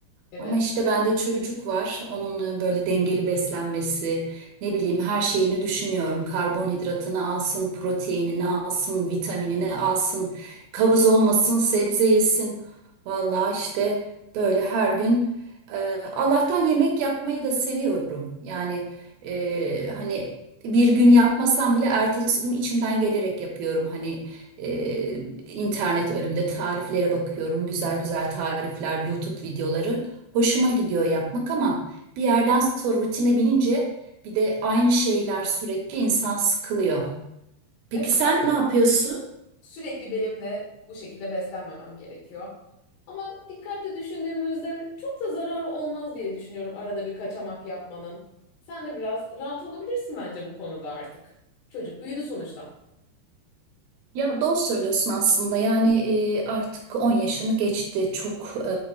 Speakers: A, on the left; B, on the right.
A: Evet.
B: Ama işte bende çocuk var. Onun e, böyle dengeli beslenmesi, ne bileyim her şeyini düşünüyorum. Karbonhidratını alsın, proteinini alsın, vitaminini alsın, kabız olmasın, sebze yesin. Vallahi işte böyle her gün e, Allah'tan yemek yapmayı da seviyorum. Yani e, hani bir gün yapmasam bile ertesi gün içimden gelerek yapıyorum. Hani e, internet önümde tariflere bakıyorum, güzel güzel tarifler, YouTube videoları. Hoşuma gidiyor yapmak ama bir yerden sonra rutine binince bir de aynı şeyler sürekli insan sıkılıyor. Peki
A: Evet.
B: sen ne yapıyorsun?
A: Sürekli benim de bu şekilde beslenmemem gerekiyor. Ama dikkatli düşündüğümüzde çok da zararı olmaz diye düşünüyorum arada bir kaçamak yapmanın. Sen de biraz rahat olabilirsin bence bu konuda artık. Çocuk büyüdü sonuçta.
B: Ya doğru söylüyorsun aslında yani e, artık 10 yaşını geçti çok e,